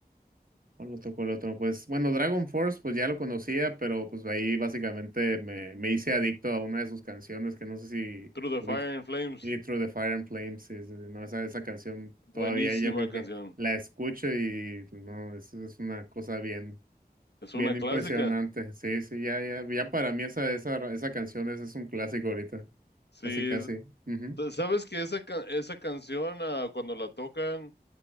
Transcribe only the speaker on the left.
Through the
Fire and Flames.
Buenísima
canción.
Es una
clásica.
Sí,
t- sabes que esa, ca- esa canción, ah, cuando la tocan,